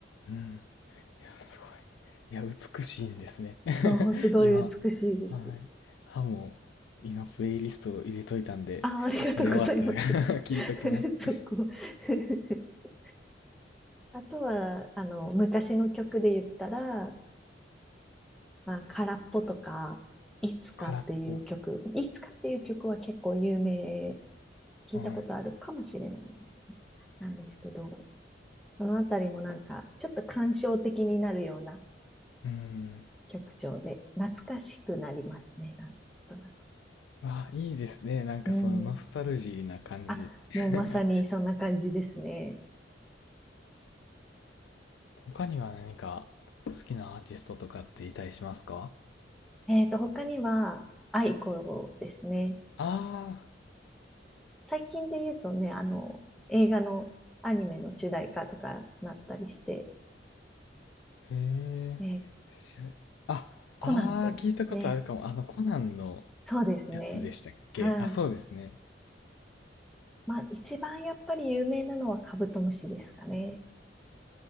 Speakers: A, on the left (about 85°); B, in the centre.
A: うん。いや、すごい。いや、美しいんですね。
B: そう、
A: <laughs>
B: すごい美しいです。
A: 今。はい。ハモ、今プレイリストを入れといたんで、
B: あ、ありがとうございます。
A: これ終わったら
B: <laughs>
A: <laughs> 聞いときます。
B: そこ <laughs>。あとは、あの、昔の曲で言ったら、まあ、空っぽとか、いつかっていう曲、
A: <laughs> 空っぽ。
B: いつかっていう曲は結構有名、聞いたことあるかもしれないですね。
A: はい。
B: なんですけど、そのあたりもなんか、ちょっと感傷的になるような
A: うん。
B: 曲調で、懐かしくなりますね、なんとなく。
A: あ、いいですね。なんかそのノスタルジーな感じ。
B: うん。あ、
A: <laughs>
B: もうまさにそんな感じですね。
A: 他には何か好きなアーティストとかっていたりしますか
B: えっと、他には、アイコですね。
A: あ
B: 最近で言うとね、あの、映画のアニメの主題歌とかなったりして、
A: あー、へえ。
B: ね、
A: 知らあ、
B: コナンくんですね。
A: ああ、聞いたことあるかも。あの、コナンの
B: そうですね。
A: やつでしたっけあ、
B: はい。
A: そうですね。
B: まあ、一番やっぱり有名なのはカブトムシですかね。